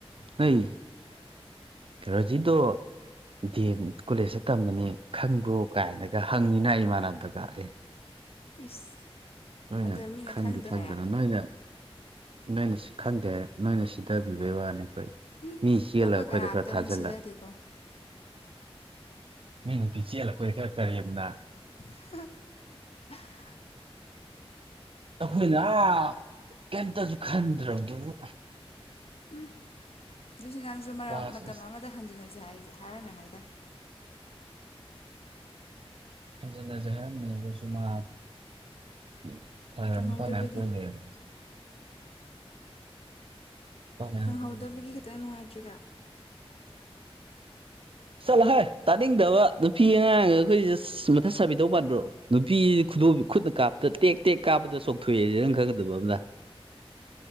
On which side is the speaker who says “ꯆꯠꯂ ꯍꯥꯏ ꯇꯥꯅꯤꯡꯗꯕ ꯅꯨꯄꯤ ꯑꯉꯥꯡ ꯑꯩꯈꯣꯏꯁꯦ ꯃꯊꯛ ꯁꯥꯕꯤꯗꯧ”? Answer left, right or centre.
Right